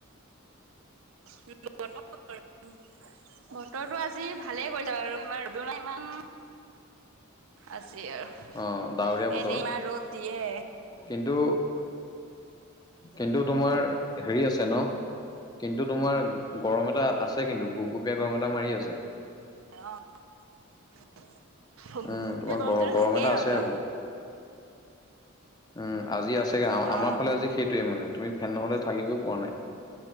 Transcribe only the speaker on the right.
<unintelligible> বতৰটো আজি ভালে কৰিলে বাৰু ইমান ৰদো নাই, ইমান আজি আৰু,
এনেই ইমান ৰ'দ দিয়ে।
অহ
গুপগুপিয়া
গৰমটোতো
থাকেই
আৰু।
অ